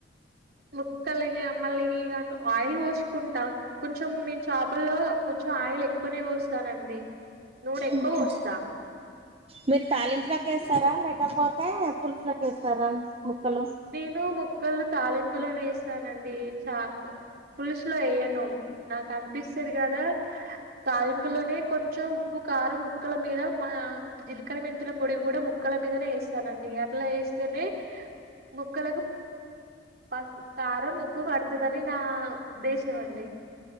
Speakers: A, on the right; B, on the right.
A: ముక్కలకి మమ్మలకి ఇగా ఆయిల్ పోసుకుంటా కొంచెం నేను చేపల్లో కొంచెం ఆయిల్ ఎక్కువనే పోస్తానండి నూనె ఎక్కువ
B: ఉహు
A: పోస్తా
B: మీరు తాలింపులకేస్తారా లేకపోతే పులుసులకి వేస్తారా ముక్కలు
A: నేను ముక్కలు తాలింపులోనే వేస్తానండి చాము పులుసులో వేయ్యను నాకు అనిపిస్తది కదా తాలింపులోనే కొంచెం ఉప్పు కారం ముక్కల మీద మా జీలకర మెంతుల పొడి కూడా ము క్కల మీదనే వేస్తానండి అట్లా వేస్తేనే ముక్కలకు పసు కారం ఉప్పు పడుతుందని నా ఉద్దేశం అండి